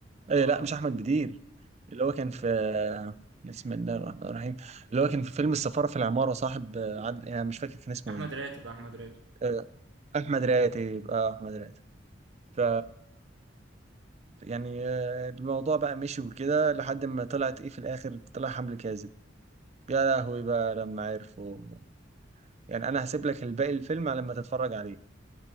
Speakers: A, on the right; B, on the right.
A: أه
B: اه
A: لا مش احمد بدير اللي هو كان في بسم الله الرحمن الرحيم اللي هو كان في فيلم السفاره في العماره صاحب آه، عادل انا مش فاكر كان اسمه
B: احمد
A: ايه
B: راتب احمد راتب
A: أه احمد راتب اه احمد راتب ف يعني آه، الموضوع بقى مشي وكده لحد ما طلعت ايه في الاخر طلع حمل كاذب يا لهوي بقى لما عرفوا يعني انا هسيب لك الباقي الفيلم لما تتفرج عليه